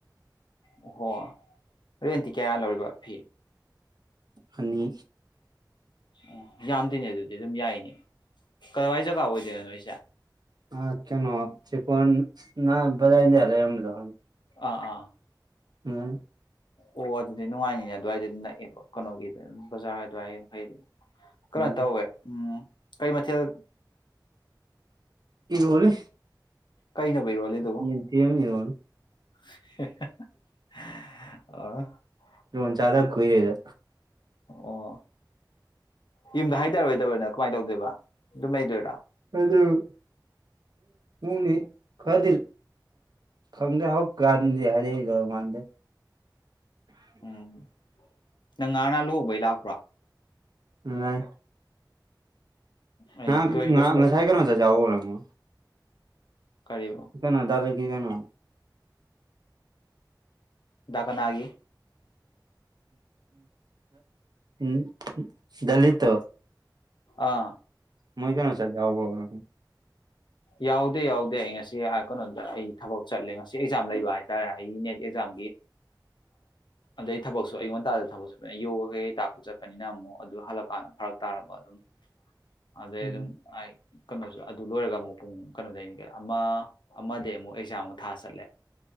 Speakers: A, on the left (about 75°); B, on the right (about 60°).
A: ꯑꯣꯍꯣ ꯔꯦꯟꯦꯟꯇꯤ ꯀꯌꯥ ꯂꯧꯔꯤꯕ ꯐꯤ
B: ꯑꯅꯤ
A: ꯑꯣ ꯌꯥꯝꯗꯦꯅꯦ ꯑꯗꯨꯗꯤ ꯑꯗꯨꯝ ꯌꯥꯏꯅꯦ ꯀꯗꯥꯋꯥꯏ ꯖꯒꯥ ꯑꯣꯏꯗꯣꯏꯅꯣ ꯅꯣꯏꯁꯦ
B: ꯑ ꯀꯦꯅꯣ ꯆꯤꯀꯣꯟ ꯅ ꯖꯥꯏꯗꯦꯂ ꯌꯥꯝꯗ
A: ꯑꯥ ꯑꯥ
B: ꯎꯝ
A: ꯑꯣ ꯑꯗꯨꯗꯤ ꯅꯨꯡꯉꯥꯏꯅꯤꯅꯦ ꯑꯗꯨꯋꯥꯏꯗ ꯑꯗꯨꯝ ꯅꯛꯑꯦꯕ ꯀꯩꯅꯣꯒꯤꯗ ꯕꯖꯥꯔ ꯑꯗꯨꯋꯥꯏꯗ ꯀꯩꯗꯤ ꯀꯩꯅꯣ
B: ꯎꯝ
A: ꯇꯧꯋꯦ ꯎꯝ ꯀꯩ ꯃꯊꯦꯜ
B: ꯀ ꯍꯣꯜꯂꯤ
A: ꯀꯩꯅꯣꯕ ꯏꯔꯣꯜꯂꯤꯗꯨꯕꯨ
B: ꯌꯦꯇꯃꯤꯔꯣ
A: ꯑ
B: ꯏ ꯆꯥꯗ ꯀꯏꯔꯦꯗ
A: ꯑꯣ ꯌꯨꯝꯗ ꯍꯥꯏꯊꯔꯣꯏꯗꯕꯅ ꯀꯃꯥꯏꯅ ꯇꯧꯗꯣꯏꯕ ꯑꯗꯨꯝ ꯂꯩꯗꯣꯏꯔꯥ
B: ꯎꯝ ꯎꯅꯤ ꯀꯗꯜ ꯈꯪꯗ ꯍꯗꯗꯤ ꯍꯥꯏꯔ ꯃꯥꯥꯟꯗꯦ
A: ꯎꯝ ꯅꯪ ꯉꯥꯅ ꯂꯨꯍꯣꯡꯕꯩ ꯂꯥꯛꯄ꯭ꯔꯥ
B: ꯂꯩ
A: ꯑꯩ
B: ꯑ
A: ꯂꯣꯏ
B: ꯉ
A: ꯂꯣꯏꯁꯤꯜꯂꯛ
B: ꯉꯁꯥꯏ ꯀꯔ ꯆ ꯆꯕ ꯑꯃꯣ
A: ꯀꯔꯤꯕ
B: ꯀꯩꯅꯣ ꯇꯗꯔ ꯀ ꯀꯩꯅꯣ
A: ꯗꯀꯅꯥꯒꯤ
B: ꯎꯝ ꯗꯂꯤ ꯇꯣ
A: ꯑꯥ
B: ꯃꯣꯏ ꯀꯩꯅꯅꯣ ꯁꯥꯔꯖꯥꯎꯕ ꯅ
A: ꯌꯥꯎꯗꯦ ꯌꯥꯎꯗꯦ ꯑꯩ ꯉꯁꯤ ꯀꯩꯅꯣꯗ ꯑꯩ ꯊꯕꯛ ꯆꯠꯂꯦ ꯉꯁꯤ ꯑꯦꯛꯖꯥꯝ ꯂꯩꯕ ꯍꯥꯏꯇꯥꯔꯦ ꯑꯩ ꯅꯦꯠ ꯑꯦꯛꯖꯥꯝꯒꯤ ꯑꯗꯩ ꯊꯕꯛꯁꯨ ꯑꯩꯌꯣꯟ ꯉꯟꯇꯥꯗ ꯊꯕꯛ ꯆꯠꯄꯅꯤꯅ ꯌꯣꯒ ꯀꯩꯀꯩ ꯇꯥꯛꯄ ꯆꯠꯄꯅꯤꯅ ꯑꯃꯨꯛ ꯑꯗꯨ ꯍꯜꯂꯛꯀꯥꯟꯗ ꯐꯔꯛ ꯇꯥꯔꯕ ꯑꯗꯨꯝ ꯑꯗꯩ
B: ꯎꯝ
A: ꯑꯗꯨꯝ ꯀꯩꯅꯣꯁꯨ ꯑꯗꯨ ꯂꯣꯏꯔꯒ ꯑꯃꯨꯛ ꯄꯨꯡ ꯀꯩꯅꯣꯗꯩꯅꯤ ꯀ ꯑꯃ ꯑꯃ ꯑꯃꯨꯛ ꯑꯦꯛꯖꯥꯝ ꯊꯥ ꯆꯠꯂꯦ